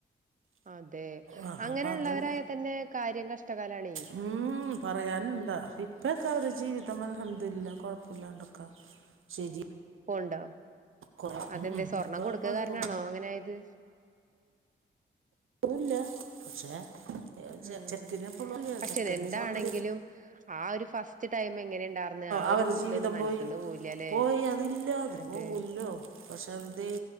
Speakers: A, on the right; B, on the right.
A: അതെ
B: ആഹ്
A: അങ്ങനെയുള്ളവരായ
B: അപ്പൊ അതും
A: തന്നെ കാര്യം കഷ്ടകാലാണേ
B: മ്മ് പറയാന്ണ്ടാ ഇപ്പക്കെ അവരുടെ ജീവിതം അൽഹംദുലില്ലാഹ് കുഴപ്പില്ലാണ്ടൊക്കെ ശരി
A: ഇപ്പ ഉണ്ടോ
B: കുറെ
A: അതെന്താ
B: ഉം
A: സ്വർണം
B: ഇപ്പൊ
A: കൊടുക്ക
B: കുഴപ്പൊന്നുമില്ല
A: കാരനാണോ അങ്ങനെയത്
B: പന്നുല്ല പക്ഷേ ചെ
A: ആഹ്
B: ചെക്കന <unintelligible>
A: പക്ഷെ
B: ചെക്കന്
A: എന്താണെങ്കിലും
B: സ്വർണ്ണ
A: ആ ഒരു ഫസ്റ്റ് സ്റ്റ് ടൈമ് എങ്ങനെ ഇണ്ടാർന്ന് ആ
B: അവരെ
A: ഒരു
B: ജീവിതം
A: ഇതൊന്നും മനസ്ന്ന്
B: പോയി
A: പോവില്ലല്ലേ
B: പോയി അതില്ല അത്
A: അതെ
B: പോവുമല്ലോ പക്ഷെ
A: ആഹ്
B: ദൈ